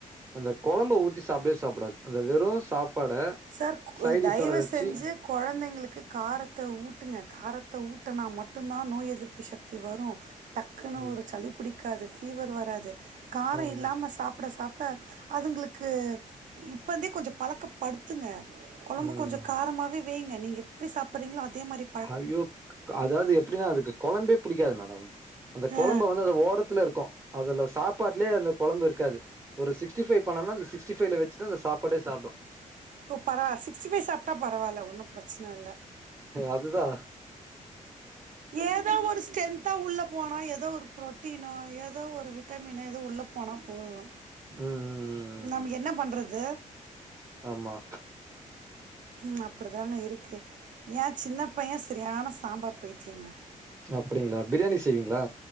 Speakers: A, on the right (about 20°); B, on the right (about 70°).
A: அந்த கொழம்ப ஊத்தி சாப்வே சாப்டாது அந்த வெறு சாப்பாட
B: சார் கு
A: சைடிஷோட
B: தய்வ
A: வச்சு
B: செஞ்சு கொழந்தைங்ளுக்கு காரத்த ஊட்டுங்க காரத்த ஊட்டுனா மட்டுந்தா நோய் எதிர்ப்பு சக்தி வரு டக்குனு
A: ம்.
B: ஒரு சளி புடிக்காது ஃபீவர் வராது கார
A: ம்,
B: இல்லாம
A: ம்.
B: சாப்புட சாப்புட அதுங்ளுக்கு இப்பந்தே கொஞ்ச பழக்கப் படுத்துங்க கொழம்பு
A: ம்.
B: கொஞ்ச காரமாவே வெங்க நீங்க எப்டி சாப்புற்றீங்ளோ அதே மாரி
A: ஐயோ அதாது எப்டினா அதுக்கு கொழம்பே புடிக்காது மேடம் அந்த கொழம்ப
B: ஆ
A: வந்து அத ஓரத் துல்ல இருக்கு அதுல சாப்பாட்லே அந்த கொழம்ப இருக்காது ஒரு சிக்ஸ்டி ஃபைவ் பண்ணன்னா அந்த சிக்ஸ் சிக்ஸ்டிஃபை வச்சுதா அந்த சாப்பாடே சாப்டு
B: ஓ பரவா சிக்ஸ்டிஃபை சாப்டா பரவால்ல ஒன்னு பிரச்சனல்ல
A: அதுதா
B: ஏதோ ஒரு ஸ்ரென்த்தா உள்ள போனா ஏதோ ஒரு புரோட்டீனோ ஏதோ ஒரு விட் ட்டமினு எது உள்ளே போனா போது
A: ம் ம் ம்
B: நம்
A: ம்.
B: என்ன பண்றது
A: ஆமா
B: ம் அப்புடிதாங்க இருக்கு ஏ சின்ன பைய செரியான சாம்பார் பைத்திங்யங்க
A: அப்புடிங்ளா பிரியாணி செய்வீங்ளா